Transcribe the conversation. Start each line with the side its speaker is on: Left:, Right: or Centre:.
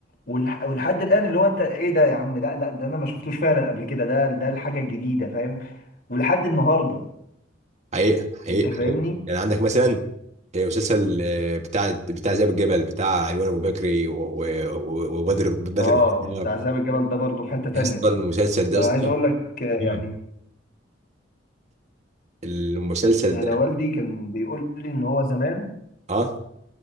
Left: والح- ولحد الان اللي هو انت ايه ده يا عم لا لا ده انا ما شفتوش فعلا قبل كده ده ده الحاجه الجديده فاهم ولحد النهارده
Right: حقيقة حقيقة
Left: انت فاهمني
Right: حقيقة يعني عندك مثلا آه، مسلسل آه، بتاع بتاع ذئاب الجبل بتاع ايوان ابو بكري و- و- و- وبدر بدر
Left: اه
Right: بن الديار
Left: وبتاع ذئب الجبل ده برضو في حته تانيه
Right: يا اسطى المسلسل ده
Left: انا
Right: يا اسطى
Left: عايز اقول لك آه،
Right: مم.
Left: يعني
Right: المسلسل
Left: انا
Right: ده
Left: والدي كان بيقول لي ان هو زمان
Right: اه